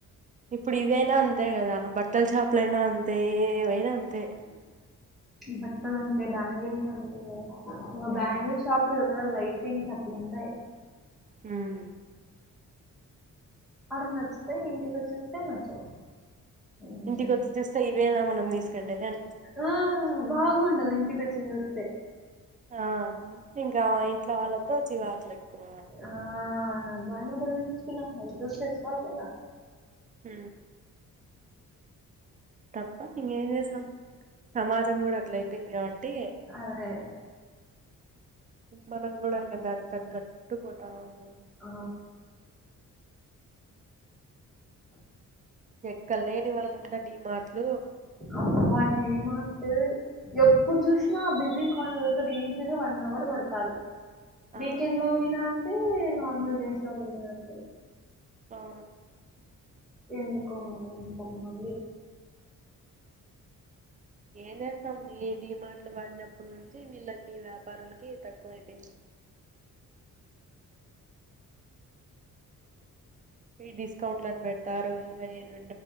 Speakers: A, on the right; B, in the centre.
A: ఇప్పుడు ఇదైనా అంతే కదా బట్టల షాపులో అయినా అంతే ఏవైనా అంతే
B: బట్టలంతే బ్యాంగిల్స్ అంతే ఇంకా
A: హ్మ్
B: బ్యాంగిల్స్ షాప్ లో క్కడ లైటింగ్స్ అట్లా ఉంటాయి
A: హ్మ్
B: అడ నచ్చుతాయ్ ఇంటికొచ్చేస్తే నచ్చవు హ్మ్.
A: ఇంటికి వచ్చి చూస్తే ఇవేనా మనం తీసుకునేది అన్పిస్తా
B: ఆ బాగుండదు ఇంటికొచ్చి చూస్తే
A: ఆ ఇంకా ఇంట్లో వాళ్ళతో చివాట్లు ఎక్కువ
B: ఆ బాయబడుకున్నా <unintelligible>
A: ఊ తప్ప ఇకేం చేసాం సమాజం కూడా అట్ల అయిపోయింది కాబట్టి
B: అదె
A: మనం కూడా ఇంకా దాని ఇంకా తగట్టు పోతా ఉండాలి
B: ఆ
A: ఎక్కడలేని వాళ్ళంతా డీ మాట్లు
B: అబ్బ డి మాట్ ఎప్పుడు చూసినా ఆ బిల్లింగ్ కాంటర్ దగ్గర ఈజీగా వన్ అవర్ పడ్తాది వీకెండ్
A: ఆ
B: లో పోయినా అంటే నార్మల్ డేస్ లో పోయినా అంటే
A: అవును
B: ఎందుకో మరి అంత మంది
A: ఏం చేేస్తాం ఈ డి మాట్లు వడినప్పటి నుంచి వీళ్ళకి వ్యాపారులకి తక్కువ అయిపోయింది ఈ డిస్కౌంట్ లని పెడతారు ఇంకా ఏను